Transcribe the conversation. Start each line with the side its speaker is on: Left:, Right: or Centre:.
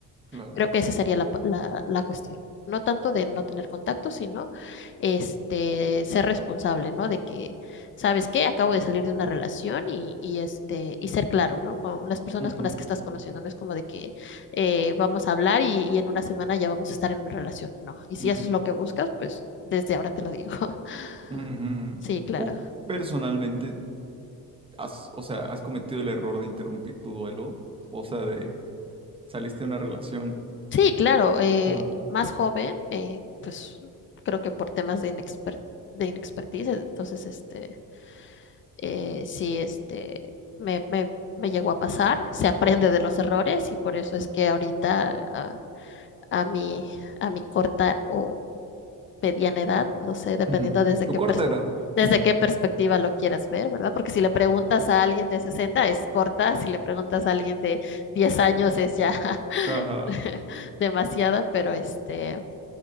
Right: claro,
Left: Creo que esa sería la, la- la cuestión. No tanto de no tener contacto, sino este, ser responsable, ¿no? De que, ¿sabes qué? Acabo de salir de una relación y, y, este, y ser claro, ¿no? Con las personas
Right: ujú,
Left: con las que estás conociendo. No es como de que eh, vamos a hablar y, y en una semana ya vamos a estar en una relación. No. Y si
Right: ujú,
Left: eso es lo que buscas, pues desde ahora te lo digo. <laughs>
Right: ujú.
Left: Sí, claro.
Right: ¿Tú personalmente has, o sea, has cometido el error de interrumpir tu duelo? O sea, de saliste de una relación,
Left: Sí, claro. eh,
Right: ajá,
Left: más joven, eh, pues creo que por temas de inexper- de inexpertise, entonces este eh, sí, este, me, me- me llegó a pasar, se aprende de los errores y por eso es que ahorita a, a mi, a mi corta o mediana edad, no sé, dependiendo
Right: ujú,
Left: desde
Right: tu
Left: qué,
Right: corta
Left: pers-
Right: edad,
Left: desde
Right: ujú,
Left: qué perspectiva lo quieras ver, ¿verdad? Porque si le preguntas a alguien de 60 es corta, si le preguntas a alguien de 10 años es ya
Right: ajá,
Left: <laughs> demasiada, pero este...